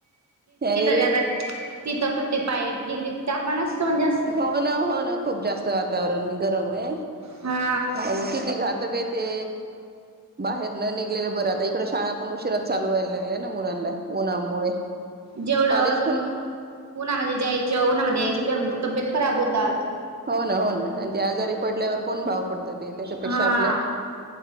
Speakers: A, on the right; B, on the right.
A: यायरय
B: जातात तिथं फिफ्टी फाय डिग्री तापमान असतो म्हणजे असत
A: हो ना हो ना खूप जास्त वातावरण गरम आहे
B: हा
A: आणि किती घातक आहे ते बाहेर न निघलेलं बरातऐ शाळा पण उशिरा चालू व्हायला लागल्या ना मुलांना उन्हामुळे
B: जेवढं
A: कॉलेज
B: अजून
A: पण
B: उन्हामध्ये जायचं उन्हामध्ये यायचं त्यामध्ये तब्येत खराब होतात
A: हो ना हो ना आणि ते आजारी पडल्यावर कोण भाव पडत ते त्याच्यापेक्षा
B: हा
A: आपलं